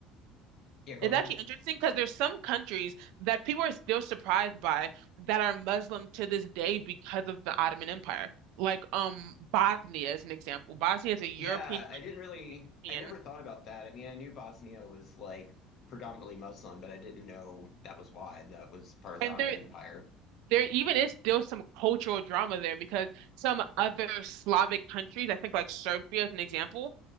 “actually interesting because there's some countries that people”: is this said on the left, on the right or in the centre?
Right